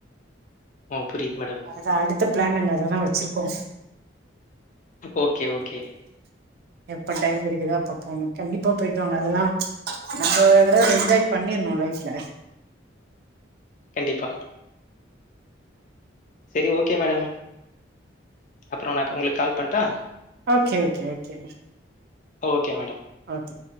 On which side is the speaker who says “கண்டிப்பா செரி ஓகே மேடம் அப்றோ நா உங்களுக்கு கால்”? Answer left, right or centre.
Left